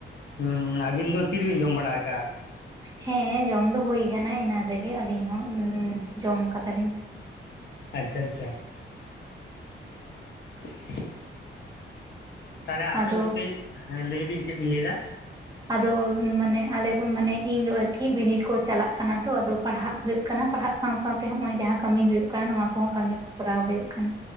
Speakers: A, on the left; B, on the right.
A: ᱦᱩᱸ ᱟᱹᱵᱤᱱ ᱫᱚ ᱛᱤᱨᱵᱤᱱ ᱡᱚᱢ ᱵᱟᱲᱟ ᱟᱠᱟᱜ-ᱟ
B: ᱦᱮᱸ ᱡᱚᱢ ᱫᱚ ᱦᱩᱭ ᱠᱟᱱᱟ ᱮᱱᱟᱱ ᱨᱮᱜᱮ ᱟᱹᱞᱤᱧ ᱦᱚᱸ ᱡᱚᱢ ᱠᱟᱫᱟᱞᱤᱧ
A: ᱟᱪᱪᱷᱟ ᱟᱪᱪᱷᱟ <inaudible> ᱛᱟᱦᱞᱮ ᱟᱯᱮ
B: ᱟᱫᱚ
A: ᱚᱱᱛᱮ ᱦᱮᱸ ᱞᱟᱹᱭ ᱵᱤᱱ ᱪᱮᱫ ᱵᱤᱱ ᱞᱟᱹᱭᱫᱟ
B: ᱟᱫᱚ ᱢᱟᱱᱮ ᱟᱞᱮ ᱢᱟᱱᱮ ᱤᱧ ᱫᱚ ᱟᱨᱠᱤ ᱵᱤᱱᱤᱰ ᱠᱚ ᱪᱟᱞᱟᱜ ᱠᱟᱱᱟ ᱛᱚ ᱟᱫᱚ ᱯᱟᱲᱦᱟᱜ ᱦᱩᱭᱩᱜ ᱠᱟᱱᱟ ᱯᱟᱲᱦᱟᱜ ᱥᱟᱶ ᱥᱟᱶᱛᱮ ᱦᱚᱜ ᱚᱭ ᱡᱟᱦᱟᱸ ᱠᱟᱹᱢᱤ ᱦᱩᱭᱩᱜ ᱠᱟᱱᱟ ᱱᱚᱣᱟ ᱠᱚᱦᱚᱸ ᱠᱟᱹᱢᱤ ᱠᱚ ᱠᱚᱨᱟᱣ ᱦᱩᱭᱩᱜ ᱠᱟᱱᱟ